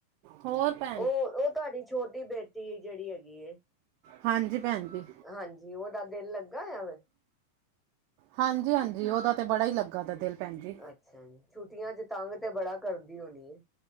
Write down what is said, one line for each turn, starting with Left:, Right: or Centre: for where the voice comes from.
Right: ਹੋਰ ਭੈ
Centre: ਉਹ-ਉਹ ਤੁਹਾਡੀ ਛੋਟੀ ਬੇਟੀ ਜਿਹੜੀ ਹੈਗੀ ਏ।
Right: ਹਾਂਜੀ ਭੈਣ ਜੀ-
Centre: ਹਾਂਜੀ ਉਹਦਾ ਦਿਲ ਲੱਗਾ ਹੋਇਆ ਵੇ
Right: ਹਾਂਜੀ-ਹਾਂਜੀ ਉਹਦਾ ਤੇ ਬੜਾ ਹੀ ਲੱਗਾ ਦਾ ਦਿਲ ਭੈਣ ਜੀ
Centre: ਅੱਛਾ ਜੀ ਛੁੱਟੀਆਂ ਚ ਤੰਗ ਤੇ ਬੜਾ ਕਰਦੀ ਹੋਣੀ